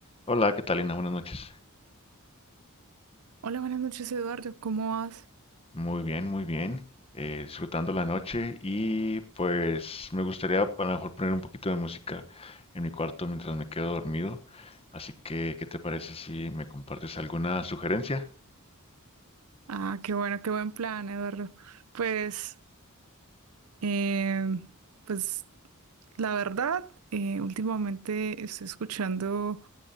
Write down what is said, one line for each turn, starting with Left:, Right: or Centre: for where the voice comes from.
Left: Hola, ¿qué tal, Lina? Buenas noches.
Right: Hola, buenas noches, Eduardo. ¿Cómo vas?
Left: Muy bien, muy bien. eh, disfrutando la noche y pues me gustaría a lo mejor poner un poquito de música en mi cuarto mientras me quedo dormido. Así que, ¿qué te parece si me compartes alguna sugerencia?
Right: Ah, qué bueno, qué buen plan, Eduardo. Pues, eh, pues, la verdad, eh, últimamente estoy escuchando